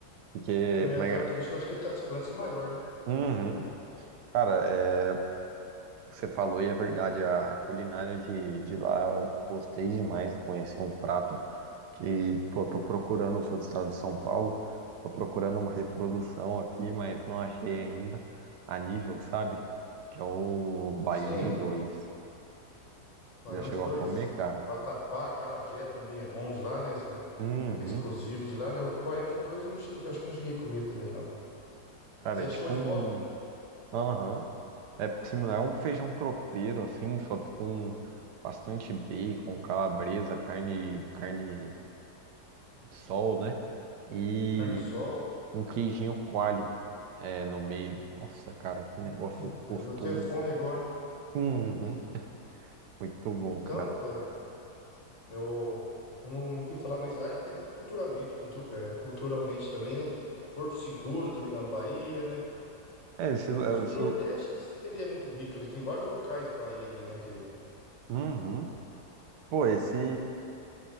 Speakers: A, on the right; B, on the left.
A: Porque,
B: É,
A: mas-
B: dos turísticos eu acho que até a segurança é maior, né?
A: Uhum. cara, é, que você falou e é verdade, a culinária de, de lá eu gostei demais, conheci um prato que, pô, tô procurando, eu sou do estado de São Paulo, tô procurando uma reprodução aqui, mas não achei ainda, a nível, sabe? Que é o baião
B: Sim,
A: de dois.
B: Baião
A: Já chegou
B: de dois.
A: a comer, cara?
B: Vatapá, Carajé também é bom de lá, né? Essas-
A: Uhum.
B: Que é exclusivo de lá, né? E Baião de dois eu não cheguei, eu acho que não cheguei a comer também, não.
A: Cara,
B: Mas é
A: é tipo
B: show de
A: um...
B: bola.
A: Aham. É similar a um feijão tropeiro, assim, só que com bastante bacon, calabresa, carne, carne de sol, né? E...
B: Carne de sol.
A: um queijinho coalho é, no meio. Nossa, cara, que negócio
B: Hum, rapaz,
A: gostoso.
B: deu até fome agora, hein?
A: Uhum,
B: <laughs>
A: muito bom,
B: Então,
A: cara.
B: pai. Eu, eu não, não quis falar, mas lá é rico culturalmente, cultu- é, culturalmente também, né? Porto Seguro também lá na Bahia, né?
A: É, isso, é,
B: Os- O
A: isso,
B: Nordeste em si ele é muito rico, ele tem vários locais para ir ali, né? Que...
A: uhum. Pô, esse,